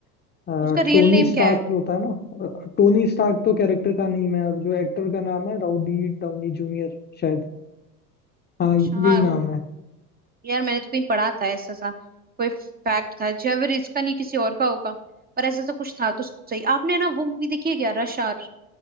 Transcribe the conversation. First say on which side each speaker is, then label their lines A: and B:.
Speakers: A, on the left (about 20°); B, on the right (about 20°).
A: अ,
B: उसका रियल
A: टोनी
B: नेम
A: स्टार्क
B: क्या है
A: तो होता है ना अ, टोनी स्टार्क तो कैरेक्टर का नेम है और जो एक्टर का नाम है रॉबर्ट डाउनी जूनियर शायद हाँ
B: अच्छा
A: यही नाम
B: उ-
A: है
B: यार मैंने तो कहीं पढ़ा था ऐसा सा कोई फैक्ट था जो अगर इसका नहीं किसी और का होगा पर ऐसा तो कुछ था तो सही आपने ना वो मूवी देखी है क्या रश आवर